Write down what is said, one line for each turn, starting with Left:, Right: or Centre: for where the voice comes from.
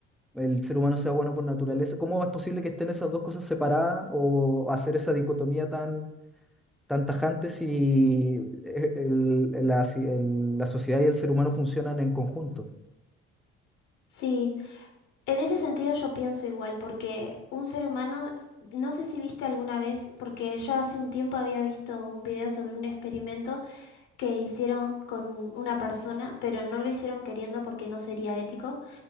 Centre: el ser humano sea bueno por naturaleza. ¿Cómo es posible que estén esas dos cosas separadas o hacer esa dicotomía tan, tan tajante si eh, el- el- la, si el- la sociedad y el ser humano funcionan en conjunto?
Left: Sí, en ese sentido yo pienso igual, porque un ser humano, s- no sé si viste alguna vez, porque yo hace un tiempo había visto un video sobre un experimento que hicieron con una persona, pero no lo hicieron queriendo porque no sería ético,